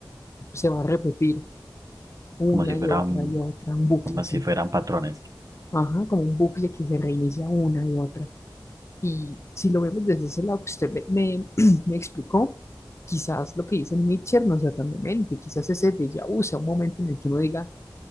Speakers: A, on the left; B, on the right.
A: se va a repetir una
B: Como si fueran,
A: y otra y otra, un bucle,
B: como
A: sí.
B: si fueran patrones.
A: Ajá, como un bucle que se reinicia una y otra Y si lo vemos desde ese lado que usted me, me- <clears throat> me explicó, quizás lo que dice Nietzsche no sea tan demente, quizás ese déjà vu sea un momento en el que uno diga,